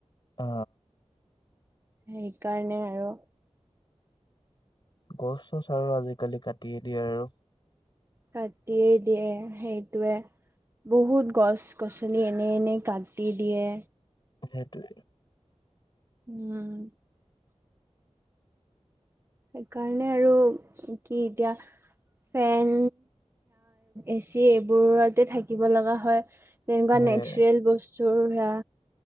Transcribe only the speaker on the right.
সেইকাৰণে আৰু।
কাটিয়েই দিয়ে সেইটোৱে। বহুত গছ গছলি এনে এনে কাটি দিয়ে।
উম সেইকাৰণে আৰু কি এতিয়া ফেন এচি এইবোৰতে থাকিব লগা হয়। তেনেকুৱা
নেচাৰেল বস্তুৰ সে